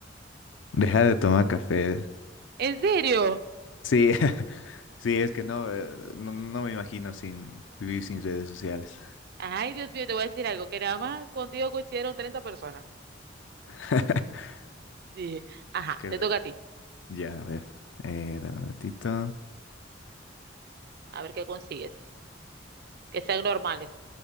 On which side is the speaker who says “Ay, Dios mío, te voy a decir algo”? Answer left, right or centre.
Right